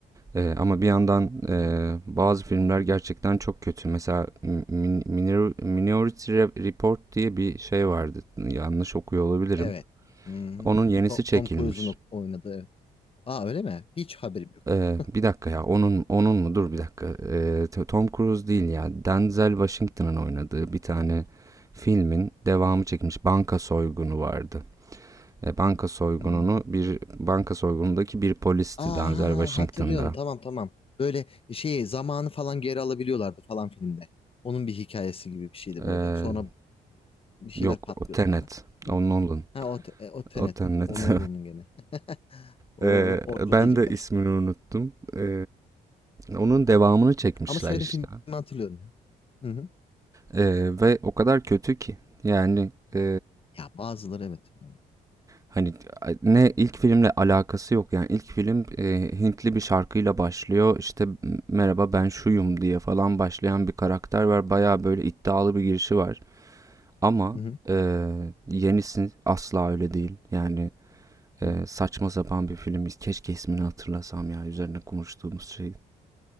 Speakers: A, on the right; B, on the left.
A: Eee, ama bir yandan eee,
B: hı hı.
A: bazı filmler gerçekten çok kötü. Mesela Min- Minor- Minority Report diye bir şey vardı. Yanlış okuyor olabilirim.
B: Evet. Hı hı.
A: Onun yenisi
B: To-
A: çekilmiş.
B: Tom Cruise'un ok-, oynadığı. evet. Aa öyle mi? Hiç haberim yok.
A: Eee, bir dakika ya onun onun mu? Dur bir dakika. Eee, T- Tom Cruise değil ya. Denzel Washington'ın oynadığı bir tane filmin devamı çekilmiş. Banka soygunu vardı. e, banka soygununu
B: Hı.
A: bir banka soygunundaki bir polisti
B: Aha
A: Denzel Washington'da.
B: ha, hatırlıyorum tamam tamam. Böyle şeyi zamanı falan geri alabiliyorlardı falan filmde. Onun bir hikayesi gibi bir şeydi
A: E,
B: böyle. Sonra bir şeyler
A: yok
B: patlıyordu
A: o Tenet.
B: falan. Mıydı?
A: O Nolan.
B: Ha o, te- e, o Tenet.
A: O Tenet.
B: O ne
A: <laughs>
B: oldu onun gene? <laughs> O
A: E,
B: ortalık
A: ben
B: iyice
A: de
B: karıştı.
A: ismini unuttum. E, onun devamını çekmişler
B: Ama söylediğim
A: işte.
B: filmi hatırlıyorum ya. Hı hı.
A: E, ve o kadar kötü ki. Yani e,
B: Ya bazıları evet. öyle.
A: hani ne ilk filmle alakası yok. Yani ilk film e, Hintli bir şarkıyla başlıyor. İşte merhaba ben şuyum diye falan başlayan bir karakter var. Baya böyle iddialı bir girişi var. Ama
B: Hı hı.
A: eee, yenisi asla öyle değil. Yani eee,
B: Evet.
A: saçma sapan bir film. Keşke ismini hatırlasam ya üzerine konuştuğumuz şey.